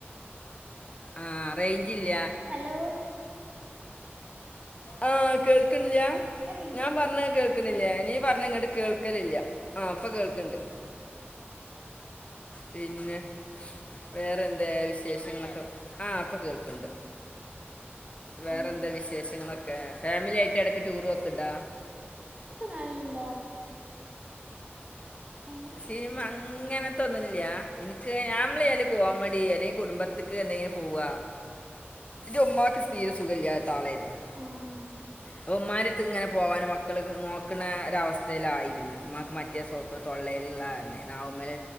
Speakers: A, on the left (about 30°); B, on the right (about 30°).
A: ആ റയ്ഞ്ച് ഇല്ല
B: ഹലോ
A: ആഹ് കേൾക്ൻല്യ
B: റേഞ്ച്
A: ഞാൻ
B: പോ
A: പറഞ്ഞ കേ ക്ണില്യേ നീ പറഞ്ഞങ്ങട്ട് കേൾക്കലില്ല ആഹ് പ്പ കേൾക്ണ്ട് പിന്നെ വേറെ എന്താ വിശേഷങ്ങളൊക്കെ ആഹ് പ്പൊ കേൾക്ണ്ട് വേറെന്താ
B: ആ
A: വിശേഷങ്ങളൊക്കെ ഫാമിലി ആയിട്ട് ഇടയ്ക്ക് ടൂറോക്ണ്ടോ
B: ക് നല്ണ്ടോ. ഏ
A: സിനിമങ്. ഇങ്ങനത്തെന്നുല്ല എനിക്ക് ഞാമ്മളെല് കോമഡി അല്ലെങ്കിൽ കുടുംബത്തിക്ക് എന്തെ പോവ.
B: <inaudible>
A: ഇന്റ ഉമ്മാക്ക് തീര സുഖല്ലാത്ത ആളയിരുന്നു.
B: ഉം
A: പ്പ ഉമ്മാൻന്റെടുത്ത് ഇങ്ങനെ പോവാനും മക്കൾ നോക്കുന്ന ഒര അവസ്ഥയിലായിരുന്നു ഉമാക്ക് മ മറ്റേ സൂക്കട് തൊള്ളൽള്ള കാരണയ് നാവവ്മൽ.